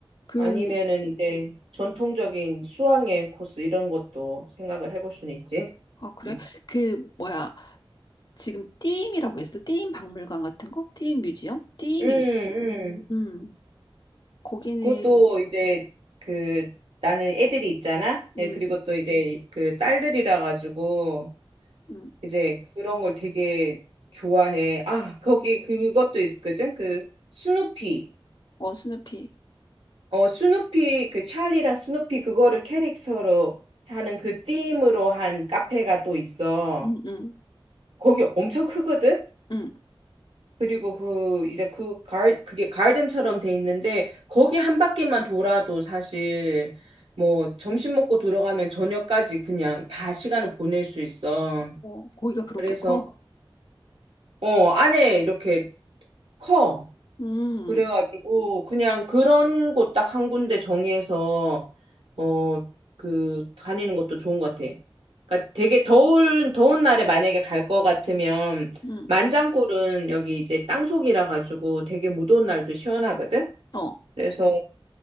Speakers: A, on the left; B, on the right.
A: 그,
B: 아니면은 이제 전통적인 수학여행 코스 이런 것도 생각을 해볼 수는 있지.
A: 아, 그래?
B: 음,
A: 그 뭐야 지금 띠임이라고 했어? 띠임 박물관 같은 거? 띠임 뮤지엄? 띠임이
B: 음.
A: 음, 음. 거기는
B: 그것도 이제 그 나는 애들이 있잖아. 네,
A: 응.
B: 그리고 또 이제 그 딸들이라 가지고
A: 음.
B: 이제 그런 걸 되게 좋아해. 아, 거기 그것도 있거든. 그 스누피.
A: 어, 스누피.
B: 어, 스누피 그 찰리랑 스누피 그거를 캐릭터로 하는 그 ธี으로 한 카페가 또 있어.
A: 음, 음,
B: 거기 엄청 크거든.
A: 음.
B: 그리고 그 이제 그 갈, 그게 가든처럼 돼 있는데 거기 한 바퀴만 돌아도 사실 뭐 점심 먹고 들어가면 저녁까지 그냥 다 시간을 보낼 수 있어.
A: 어, 고기가 그렇게
B: 그래서
A: 커?
B: 어 안에 이렇게 커.
A: 음,
B: 그래가지고 그냥 그런 곳 딱 한 군데 정해서 어 그 다니는 것도 좋은 것 같아. 그러니까 되게 더운 더운 날에 만약에 갈 것 같으면
A: 음,
B: 만장굴은 여기 이제 땅속이라 가지고 되게 무더운 날도 시원하거든.
A: 어,
B: 그래서